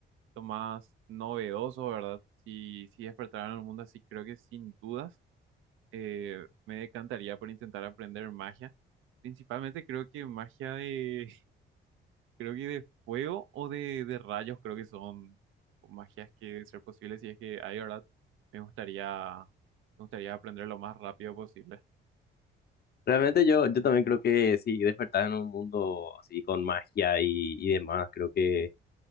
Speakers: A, on the right; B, on the left.
A: lo más novedoso, ¿verdad? Si, si despertaran en el mundo así, creo que sin dudas eh, me decantaría por intentar aprender magia. Principalmente creo que magia de, Creo que de fuego o de, de rayos, creo que son magias que deben ser posibles. Y es que ahí, ¿verdad? Me gustaría, me gustaría aprender lo más rápido posible.
B: Realmente yo, yo también creo que si despertás en un mundo así con magia y, y demás, creo que